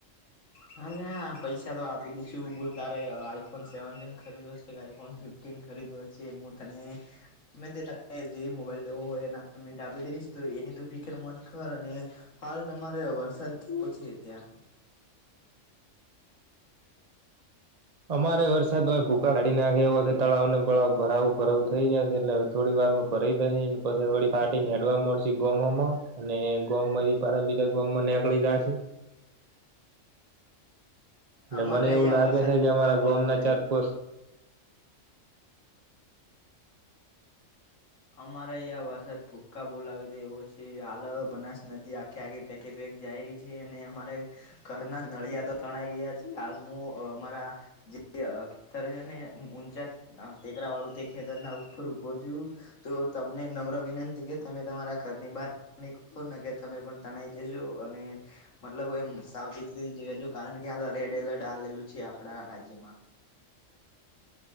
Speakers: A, on the left; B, on the right.
A: હા પૈસા તો આપી દીશું બોલ તારે આઈફોન સેવીન ખરીદ્યો છે આઈફોન ફફ કિગ ખરીદ હુંતને મે જે મોબાઈલ લેવો હોય એના પેમેન્ટ આપી દઈશ તો એની તો ફીચર મત કરર અને હાલ તમારે વરસાદ કેવો છે ત્યાં
B: અમારે વરસાદમાં ભૂકાઢ હાડી નાખે એવો હશે તળાવ ને બળાવ ભરાવું ભરાવું થઈ જાયશે એટલે થોડી વાર ભરાઈ જ પછ વળી ફાટી ને એડવા મળશે ગમાં અને ગોમ માંથી પ્રથમ બીધ ગોમમાં નીકળી જશે એટલે
A: અમારે
B: મને
A: અહિયાં
B: એવું લાગે
A: વરસાદ
B: છે
A: ભૂકાા
B: કે અમારા
A: બોલાવી
B: ગોમના
A: રહ્યો
B: ચાર
A: છે.
B: પોસ્ટ
A: અમારે અહં વરસાદ ભૂકા બોલાવી દે એવો છે હાલ બનાસ નદી આ ક્યાં ક પેકે પેક જાય રહી છે અને અમારે ઘરના નળિયા તો તણાઈ ગયા છે હાલ અમારા જે ખેત ને ઊંચા હ ટેકરા વાળું તે ખેતર ના ઉપર ઉભો છું. તો તમને નમ્ર વિનંતી કે તમે તમારા ઘરની બહાર ને કે તમે પણ તણાઈ જજો અને મતલબ એ સાવચથીજ કારણ કે રેડ એલર્ટ આવેલું છે આપણા રાજ્યમાં